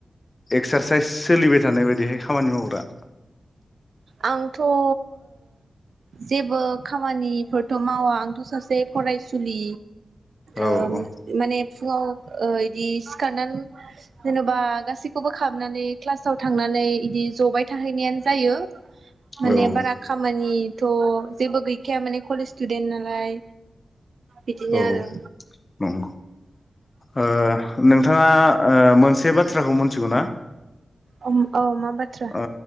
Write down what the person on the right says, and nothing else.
आंथ' ओ जेबो खामानिफोरथ' मावा आंथ' सासे फरायसुलि
ओ
माने फुङाव ओ इ दि सिखारनानै जेन'बा गासैखौबो खालामनानै क्लासाव थांनानै इदि जबाय थाहैनायानो जायो। माने
बारा खामानि थ' जेबो गैखाया माने कलेज स्टुदेन्त नालाय। बिदिनो
आरो
अ अ मा बाथ्रा